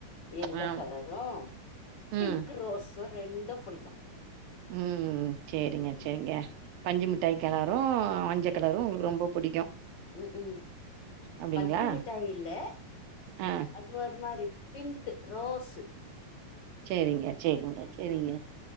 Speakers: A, on the left (about 35°); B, on the right (about 80°).
A: எல்லோ
B: ஆ
A: கலரா பிங்க்
B: ம்
A: ரோஸ் ரெண்டு புடிக்கு
B: ம் செரிங்க
A: ம்
B: செரிங்க
A: ம்
B: பஞ்சுமிட்டாய்
A: ம்
B: கலரு மஞ்ச கலரு உங்களுக்கு ரொம்ப புடிக்கு
A: ம் க்கு
B: அப்டிங்களா
A: பஞ்சு மிட்டாயில்ல
B: ஆ
A: அது இது ஒரு மாரி பிங்க்கு ரோஸு
B: செரிங்க செரிங்க
A: ம்
B: செரிங்க
A: ம்